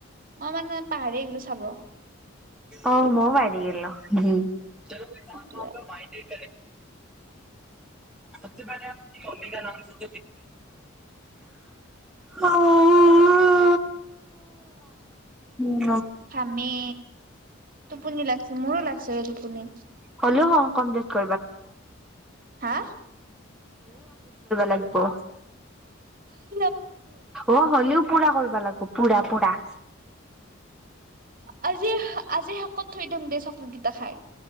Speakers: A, on the right (about 45°); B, in the centre.
A: মই মানে পাহাৰ গলো চাব
B: অ', মই বাই থ গ ন ঘি <unintelligible>
A: সেইটোৱে
B: সব পলে অ <unintelligible> কা নাম ব প উ।
A: উম।
B: অ
A: খামি টোপুনি লাগছে মোৰো লাগছে ৰ তটোপুনি
B: ্ কৰিব
A: হা
B: লাগিব।
A: হ।
B: অ', হ'লেও পুৰা কৰিব লাগিব পুৰা পুৰা।
A: আজি আজি শাকত থৈ দিওঁ দে চকলেট কেইটা খাই।